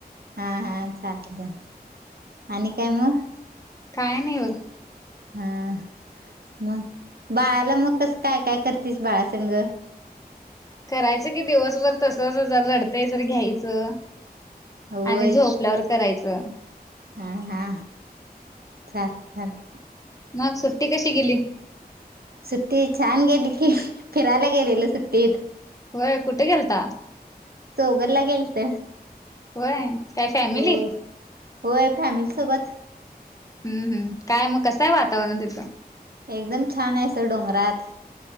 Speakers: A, on the right (about 70°); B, on the left (about 20°).
A: हा हा, चालतय चालतय, आणि काय मग?
B: काही नाही बग.
A: हा, मग बाळाला मग कसं काय काय करतीस बाळासंंघ
B: करायच की दिवसभर तसच, जरा रडतंय जरा घ्यायचं,
A: होय
B: आणि झोप उठल्यावर करायचं.
A: हा हा, चालतय चालतय
B: मग सुट्टी कशी गेली?
A: सुट्टी छान गेली की, फिरायला गेलेलं सुट्टीत.
B: होय, कुठ गेलता?
A: सौगर ला गेलत.
B: होय, काय फॅमिली?
A: हो होय, फॅमिली सोबत.
B: हम्म हम्, काय मग कसंय वातावरण तिथं?
A: एकदम छान आहे अस डोंगरात,